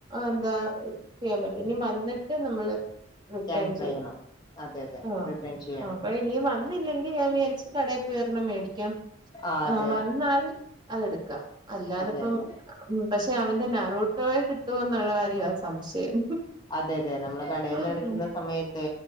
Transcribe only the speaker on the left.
ക്യാൻസൽ
ചെയ്യണം അതെ അതെ
റിട്ടേൺ ചെയ്യണം
ആഹ് അതെ
അതെ അതെ
അതെ അതെ നമ്മള് കടയിൽന്ന്
എടുക്കുന്ന സമയത്ത്